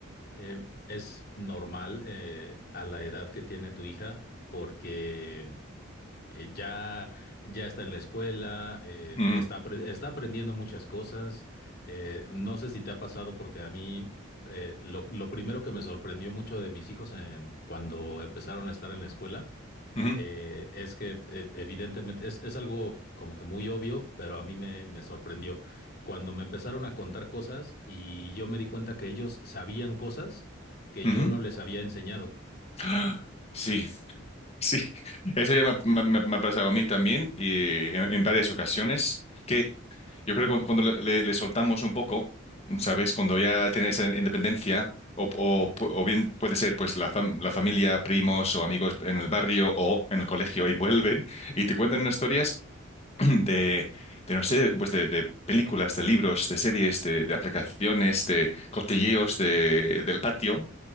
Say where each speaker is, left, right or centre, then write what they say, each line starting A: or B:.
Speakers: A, on the left; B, on the left.
A: eh, es normal eh, a la edad que tiene tu hija porque eh, ya, ya está en la escuela, eh,
B: ujú,
A: está, apre- está aprendiendo muchas cosas. Eh, no sé si te ha pasado porque a mí eh, lo, lo primero que me sorprendió mucho de mis hijos en- cuando empezaron a estar en la escuela
B: ujú,
A: eh, es que eh, evidentemente es, es algo como que muy obvio, pero a mí me, me sorprendió. Cuando me empezaron a contar cosas y yo me di cuenta que ellos sabían cosas que
B: ujú.
A: yo no les había enseñado.
B: <gasps> Sí, Sí, eso ya me, me- me- me ha pasado a mí también y en, en varias ocasiones, que yo creo que cuando le, le- le soltamos un poco, ¿sabes? Cuando ya tienes esa independencia, o, o, pu- o bien puede ser pues la, fam- la familia, primos o amigos en el barrio o en el colegio y vuelven y te cuentan unas historias <clears throat> de, de no sé, pues de, de películas, de libros, de series, de, de aplicaciones, de cotilleos de, del patio.